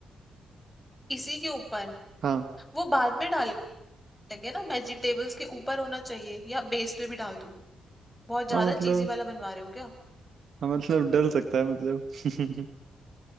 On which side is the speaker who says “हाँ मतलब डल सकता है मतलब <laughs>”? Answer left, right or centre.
Right